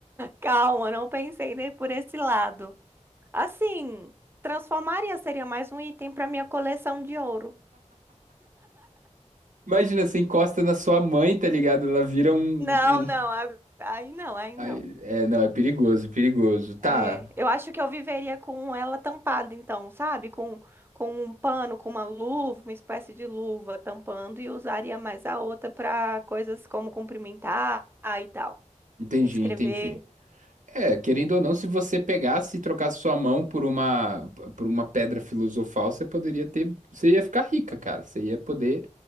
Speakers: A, on the right; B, on the right.
A: Calma, não pensei nem por esse lado. Assim, transformaria seria mais um item para minha coleção de ouro.
B: Imagina, você encosta na sua mãe, tá ligado? Ela vira um,
A: Não,
B: um-
A: não, a- aí não, aí
B: Ai,
A: não.
B: É, não, é perigoso, perigoso. Tá,
A: É, eu acho que eu viveria com ela tampada, então, sabe? Com, com um pano, com uma luva, uma espécie de luva tampando, e usaria mais a outra para coisas como cumprimentar e tal.
B: entendi,
A: Escrever
B: entendi. É, querendo ou não, se você pegasse e trocasse sua mão por uma por uma pedra filosofal, você poderia ter, você ia ficar rica, cara. Você ia poder,